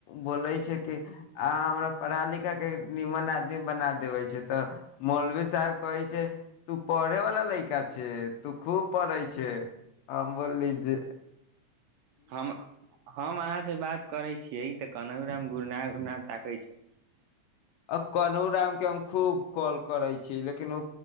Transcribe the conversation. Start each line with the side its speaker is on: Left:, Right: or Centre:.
Left: बोलै छै कि अहाँ हमरा पढ़ा लिखा के निमन आदमी बना देवे छै तऽ मौलवी साहेब कहै छै तू पढ़े वाला लैका छै तु खुब पढ़य छै सब से ज
Right: हम हम अहाँ से बात करै छियै तऽ कनमे गुरनाथ उुरना ताकै छै
Left: आ कनु राम के हम खूब कॉल करै छी लेकिन ओ